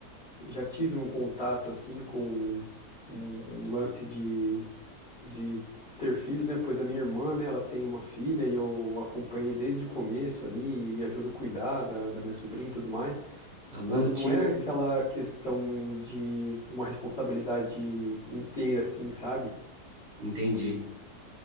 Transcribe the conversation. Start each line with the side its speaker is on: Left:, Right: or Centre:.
Left: Já tive um contato assim com um, um lance de, de ter filhos, né? Pois a minha irmã, né, ela tem uma filha e eu acompanhei desde o começo ali e ajudo a cuidar da, da minha sobrinha e tudo mais.
Right: Famoso
Left: Mas
Right: tio.
Left: não é
Right: né?
Left: aquela questão de uma responsabilidade inteira assim, sabe?
Right: Entendi.